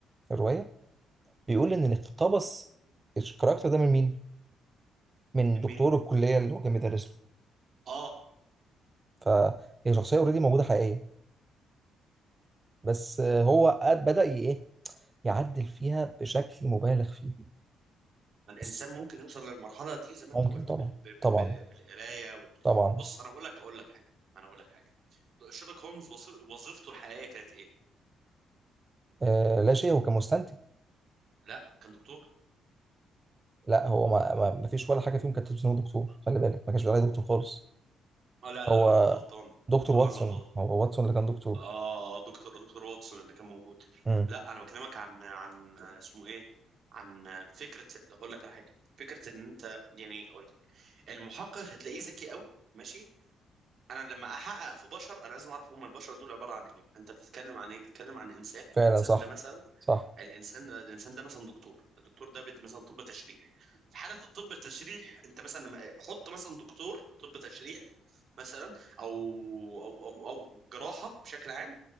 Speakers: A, on the right; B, on the right.
A: الرواية بيقول ان اللي اقتبس الكاركتر ده من مين؟ من
B: من
A: دكتور
B: مين
A: الكلية اللي هو كان بيدرس له
B: اه
A: فهي شخصية اوريدي موجودة حقيقية بس هو قد- بدأ ي- ايه يعدل فيها بشكل مبالغ فيه
B: ما الانسان
A: بس
B: ممكن يوصل للمرحله دي زي ما انت
A: ممكن
B: قلت
A: طبعا
B: بال... بال...
A: طبعا
B: بال... بالقرايه وال...
A: طبعا
B: بص انا اقول لك اقول لك حاجه ما انا اقول لك حاجه شيرلوك هولمز وص- وظيفته الحقيقيه كانت ايه
A: آه لا شيء هو كان مستنتج
B: لا كان دكتور
A: لا هو ما, ما, ما فيش ولا حاجة فيهم كانت تثبت ان هو دكتور خلي بالك ما كانش بيقول عليه دكتور خالص
B: اه لا لا
A: هو
B: لا، انا الغلطان
A: دكتور واتسون
B: انا غلطان
A: هو واتسون اللي كان دكتور
B: اه دكتور دكتور واتسون اللي كان موجود
A: مم.
B: لا انا بكلمك عن عن اسمه ايه عن فكره اقول لك على حاجه فكره ان انت يعني اقول لك المحقق هتلاقيه ذكي قوي ماشي انا لما احقق في بشر انا لازم اعرف هم البشر دول عباره عن ايه فانت بتتكلم عن ايه بتتكلم عن انسان
A: فعلا
B: الانسان
A: صح
B: ده مثلا
A: صح
B: الانسان الانسان ده مثلا دكتور الدكتور ده بيد- مثلا طب تشريح في حاله الطب التشريح انت مثلا لما- حط مثلا دكتور طب تشريح مثلا او او او او جراحه بشكل عام